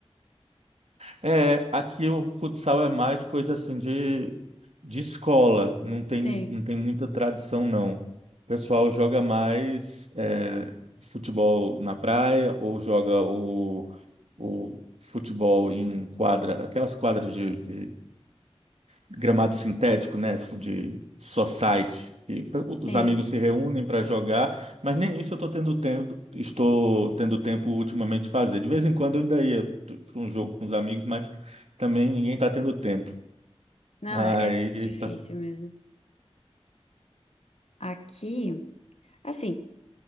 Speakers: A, on the right; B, on the left.
A: É, aqui o futsal é mais coisa assim de, de escola, não tem,
B: Sim,
A: não tem muita tradição, não. O pessoal joga mais é, futebol na praia ou joga o, o futebol em quadra, aquelas quadras de, de, gramado sintético, né, de society. E os
B: sim.
A: amigos se reúnem para jogar, mas nem isso eu estou tendo tempo, estou tendo tempo ultimamente de fazer. De vez em quando eu ainda ia para um jogo com os amigos, mas também ninguém está tendo tempo.
B: Não,
A: Aí
B: é é difícil
A: tá.
B: mesmo. Aqui, assim,